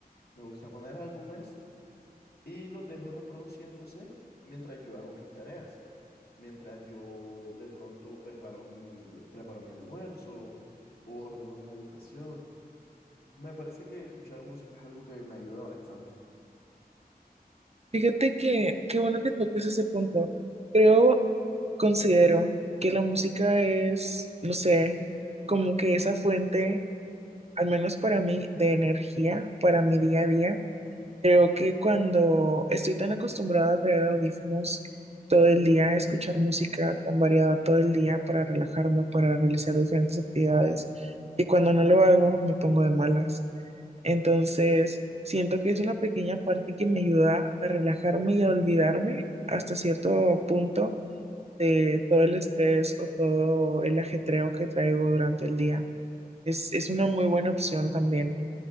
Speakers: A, on the left; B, on the right.
A: Me gusta poner álbumes y los dejo reproduciéndose mientras yo hago mis tareas, mientras yo de pronto preparo mi, me- preparo mi almuerzo o ordeno mi habitación. Me parece que escuchar música es algo que me ayuda bastante.
B: Fíjate que qué bueno que toques ese punto. Creo, considero que la música es, no sé, como que esa fuente, al menos para mí, de energía para mi día a día Creo que cuando estoy tan acostumbrada a traer audífonos todo el día, a escuchar música tan variada todo el día para relajarme, para realizar diferentes actividades, que cuando no lo hago me pongo de malas. Entonces, siento que es una pequeña parte que me ayuda a relajarme y a olvidarme hasta cierto punto de todo el estrés o todo el ajetreo que traigo durante el día. Es, es una muy buena opción también